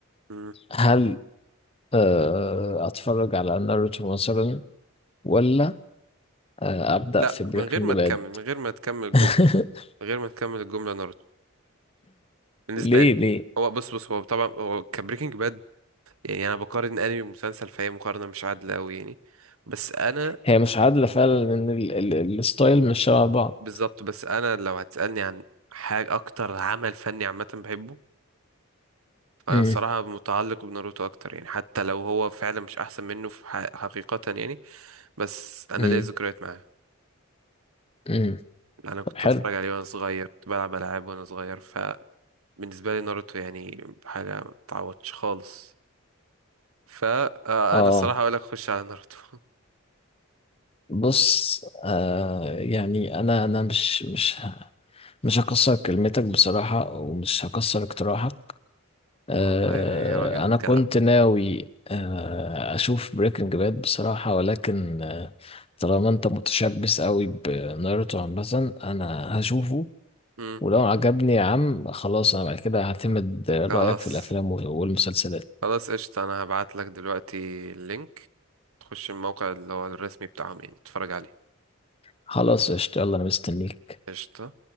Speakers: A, on the right; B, on the left.
A: امم
B: هل آه، أتفرج على ناروتو مثلا ولا آه، أبدأ
A: لا
B: في بريكنج
A: من غير ما
B: باد
A: تكمل من غير ما تكمل الجمله
B: <laughs>
A: من غير ما تكمل الجمله ناروتو بالنسبه
B: ليه
A: لي
B: ليه
A: هو بص بص هو طبعا هو كبريكنج باد يعني انا بقارن انمي بمسلسل فهي مقارنه مش عادله قوي يعني بس انا
B: هي مش عادلة فعلا لأن ال- ال- الستايل مش شبه بعض
A: بالظبط بس انا لو هتسألني عن حاجة اكتر عمل فني عامة بحبه فانا
B: مم،
A: الصراحة متعلق بناروتو اكتر يعني حتى لو هو فعلا مش احسن منه في ح- حقيقة يعني بس انا
B: مم،
A: ليا ذكريات معاه
B: مم.
A: انا كنت
B: حلو
A: اتفرج عليه وانا صغير كنت بلعب العاب وانا صغير فبالنسبة لي ناروتو يعني حاجة ما تعوضش خالص فانا
B: اه
A: الصراحة اقول لك خش على ناروتو <laughs>
B: بص آه يعني انا انا مش مش مش هكسر كلمتك بصراحة ومش هكسر اقتراحك آه
A: والله يعني راجل
B: انا
A: جدع
B: كنت ناوي آه اشوف بريكنج باد بصراحة ولكن آه طالما انت متشبث قوي بناروتو عامة انا هشوفه
A: مم.
B: ولو عجبني يا عم خلاص انا بعد كده هعتمد رأيك
A: خلاص
B: في الافلام والمسلسلات
A: خلاص قشطة انا هبعت لك دلوقتي اللينك تخش الموقع اللي هو الرسمي بتاعهم يعني تتفرج عليه
B: خلاص قشطة يلا انا مستنيك
A: قشطة